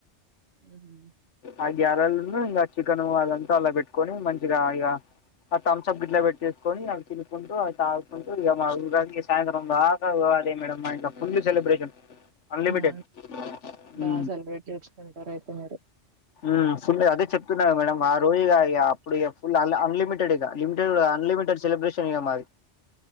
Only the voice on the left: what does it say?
ఆ గ్యారెలును ఇంగ ఆ చికెను అదంతా అలా పెట్టుకొని మంచిగా ఇక ఆ థమ్స్ అప్ గిట్లా పెట్ చేసుకొని అవి తినుకుంటూ అవి తాగుకుంటూ ఇగ మా ఉగాది ఇగ సాయంత్రం దాక ఉగాదే మేడమ్ మా ఇంట్ల ఫుల్లు సెలిబ్రేషన్ అన్లిమిటెడ్
ఊ
ఊ ఫుల్ అదే చెప్తున్న కదా మేడం ఆ రోజుగా ఇగ అప్పుడు ఇగ ఫుల్ అన్లిమిట్ లిమిటెడ్ ఇగ అన్లిమిటెడ్ సెబ్రేషన్ ఇగ మాది